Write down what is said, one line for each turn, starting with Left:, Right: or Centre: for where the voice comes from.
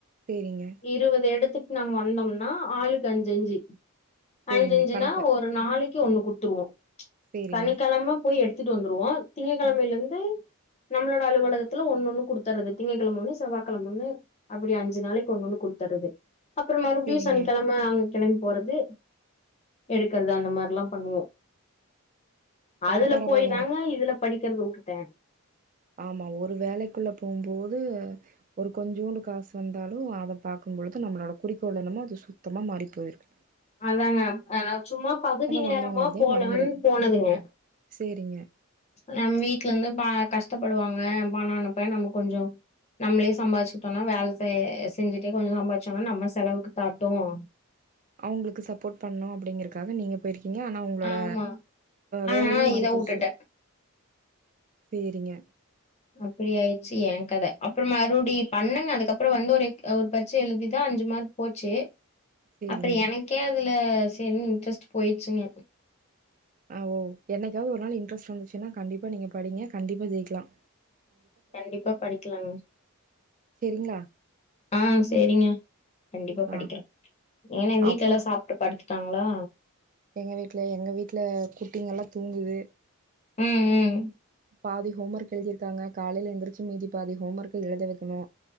Right: சேரிங்க
Left: இருபது எடுத்து நாங்க வந்தோம்னா ஆளுக்கு அஞ்சஞ்சு
Right: சேரிங்க
Left: அஞ்சுஞ்சுனா
Right: கணக்கு
Left: ஒரு நாளைக்கு ஒண்ணு குட் த்ருவோ
Right: சேரிங்க
Left: சனிக்கழம போயி எடுத்து துட்டு வந்துருவோம் திங்க கிழமையில
Right: ம்
Left: இருந்து நம்மளோட அலுவலகத்துல ஒண்ணு ஒண்ணு குடுத்தறது திங்ககிழம ஒண்ணு செவ்வா கிழம ஒன்னு அப்டி அஞ்சு நாளைக்கு ஒண்ணு ஒண்ணு கொடுத்தறது அப்றம் மறுபடியும்
Right: சேரிங்க
Left: சனிக்கிழமை அங்க கிளம்பிபோறது எடுக்கறது அந்த மாரில்லாம் பண்ணுவோம்
Right: ஆ
Left: அதுல
Right: பரவால்லங்க
Left: போய் தாங்க இதுல படிக்க க்றது வுட்டுட்டே
Right: ஆமா ஒரு வேலைக்குள்ள போகும்போது ஒரு கொஞ்சோண்டு காசு வந்தாலும் அத பாக்கும்போது நம்மளோட குறிக்கோள் என்னமோ அது சுத்தமா மாறி போயிரும்
Left: அதாங்க ஆ சும்மா பகுதி நேரமா
Right: வந்தோங்கறதே
Left: போலான்னு
Right: மறந்துருவோ
Left: போனதுங்க
Right: சேரிங்க
Left: நம் வீட்ல இருந்து பா கஷ்ட ப்படுவாங்க பணம் அனுப்ப நம்ம கொஞ்ச நம்ளே சம்பாதிச்சுக்கிட்டோம்னா வேலை செஞ்சுட்டே கொஞ்சம் சம்பாதிச்சோனா நம்ம செலவுக்கு தாட்டும்
Right: அவங்களுக்கு சப்போர்ட் பண்ணும் அப்டிங்றக்காக நீங்க போயிருக்கீங்க ங்க ஆனா உங்களோட
Left: ஆமா ஆனா
Right: வேலையே மாறி
Left: இத
Right: போச்சு
Left: வுட்டுட்டே
Right: சேரிங்க
Left: அப்படியாயிருச்சி என் கத அப்பறம் மறுபடி பண்ணுங்க அதுக்கப்பறம் வந்து ஒரு ஒரு பரிச்சை எழுதிதா அஞ்சு மார்க் போச்சு
Right: சேரிங்க
Left: அப்பறம் எனக்கே அது அதுல சேரினு இன்ட்ரெஸ்ட் போயிடுச்சுங்க
Right: ஆ ஓ என்னைக்காவது ஒரு நாள் இன்ட்ரெஸ்ட் வந்துச்சுன்னா கண்டிப்பா நீங்க படிங்க கண்டிப்பா ஜெயிக்கலாம்
Left: கண்டிப்பா படிக்லாங்க
Right: சரிங்களா
Left: ஆஹ் சேரிங்க கண்டிப்பா படிக்கிற
Right: ஆ
Left: ஏன்னா வீட்லல்லா
Right: அப்புறோ
Left: சாப்ட்டு படுத்து ட்டாங்களா
Right: எங்க வீட்ல எங்க வீட்ல குட்டிங்க எல்லாம் தூங்குது
Left: ம் ம்
Right: பாதி ஹோம் ஒர்க் எழுதிருக்காங்க காலைல எழுந்திருச்சி மீதி பாதி ஹோம் ஒர்க் எழுத வைக்கணு